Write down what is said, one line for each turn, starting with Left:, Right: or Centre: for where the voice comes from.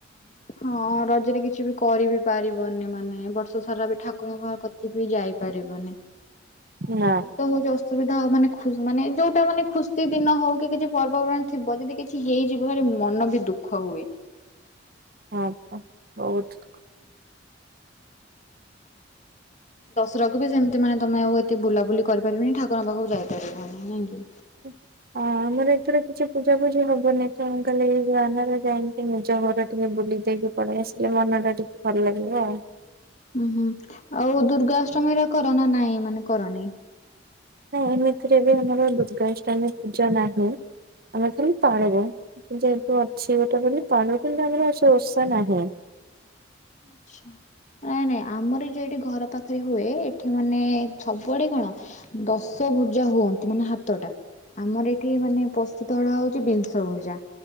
Left: ହଁ ରଜରେ କିଛି ବି କରିିବି ପାରିବନି ମାନେ ବର୍ଷ ସାରା ବି ଠାକୁରଙ୍କ ଘର ବି ଯାଇପାରିବନି ହଁ
Right: ନା
Left: ଏଇତ ହଉଛି ଅସୁବିଧା ହଉ ମାନେ ଖୁ ମାନେ ଯୋଉଟା ମାନେ ଖୁସି ଦିନ ହଉ କିଛି ପର୍ବପର୍ବାଣି ଥିବ ଯଦି କିଛି ହେଇଯିବ ହେଲେ ମନ ବି ଦୁଃଖ ହୁଏ।
Right: ହଁ ବହୁତ୍।
Left: ଦଶରାକୁ ବି ସେମିତି ମାନେ ତମେ ଆଉ ଏତେ ବୁଲାବୁଲି କରିପାରିବନି ଠାକୁଙ୍କ ପାଖକୁ ଯାଇପାରିବ ନାଇଁ କି?
Right: ହୁଁ ହଁ ଆମର ଏଥର କିଛି ପୂଜା ଫୂଜି ହବନି ତଣ କାଲି ଏଇ ଗାନରେ ଯାଇକି ନିଜ ଘର ଟିକେ ବୁଲି ଦେଇକି ପଳେଇ ଆସିଲେ ମନ ଟା ଟିକେ ଭଲ ଲାଗିବ ଆଉ।
Left: ଉ ହୁଁ ଆଉ ଦୁର୍ଗାଅଷ୍ଟମୀର କର ନା ନାଇଁ ମାନେ କରନି?
Right: ନାଇଁ ଏମତିରେ ବି ଆମର ଦୁର୍ଗାଷ୍ଟମୀ ପୂଜା ନାହିଁ। ଆମେ ଖାଲି ପାଳିବୁ ଯେହେତୁ ଅଛି ଗଟେ ବୋଲି <inaudible> ପବ କିନ୍ତୁ ଆମର ଓଷା ନାହି
Left: ଆଚ୍ଛା ନାଇଁ ନାଇଁ ଆମର ଯ ଏଠି ଘର ପାଖରେ ହୁଏ ଏଠି ମାନେ ସବୁଆଡେ କଣ ଦଶ ଭୁର୍ଜା ହୁଅନ୍ତି ମାନେ ହାତଟା ଆମର ଏଠି ମାନେ ପ୍ରସିଦ୍ଧ ଅଳା ହଉଛି ବିଂଶଭୂଜା